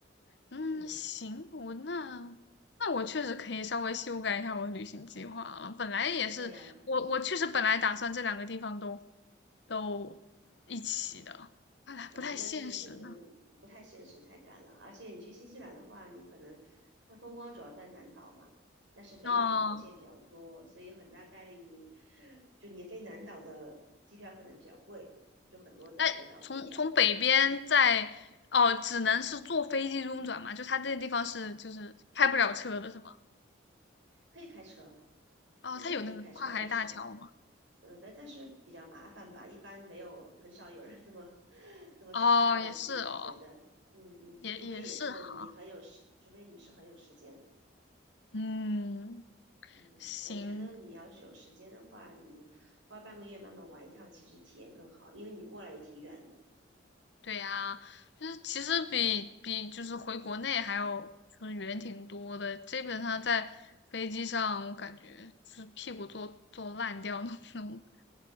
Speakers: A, on the left; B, on the right.
A: 嗯，
B: 嗯，
A: 行，我那那我确实可以稍微修改一下我的旅行计划了。本来也是，
B: 对呀、
A: 我我确实本来打算这两个地方都都一起的，看来不太现实呢。
B: 嗯，那确实真的不太现实，太赶了。而且你去新西兰的话，你可能它风光主要在南岛嘛，但是北岛的航线比较多，
A: 哦。
B: 所以很大概率你就你飞南岛的机票可能比较贵，就很多在北岛中转。
A: 那从从北边在哦，
B: 嗯，
A: 只能是坐飞机中转嘛？就它这个地方是就是开不了车的是吗？
B: 可以开车，
A: 哦，
B: 应该可以开车，
A: 它有那个跨海大桥吗？
B: 但是嗯，但但是比较麻烦吧，一般没有很少有人这么 <laughs> 这么去干。
A: 哦，也是哦，
B: 我自己是觉得，嗯嗯，
A: 也也是哈，
B: 除非也是你很有时，除非你是很有时间。
A: 嗯，
B: 嗯，
A: 行，
B: 我觉得你要是有时间的话，你花半个月慢慢玩一趟，其实体验更好，因为你过来也挺远的。
A: 对呀，就是其实比比就是回国内还要就是远挺多的，基本上在飞机上我感觉是屁股坐坐烂掉的那种，